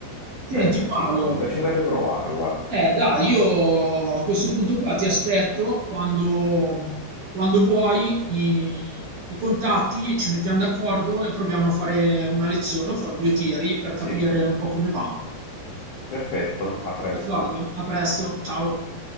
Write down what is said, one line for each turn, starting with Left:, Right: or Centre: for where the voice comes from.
Right: Senti
Left: Bene,
Right: Paolo,
Left: sì, mi piacerebbe provare, guarda.
Right: Eh dai, io a questo punto qua ti aspetto quando, quando vuoi, mi, mi contatti, ci mettiamo d'accordo e proviamo a fare una lezione o fare due tiri per
Left: Sì,
Right: capire un po' come va.
Left: perfetto, a presto.
Right: D'accordo? A presto, ciao.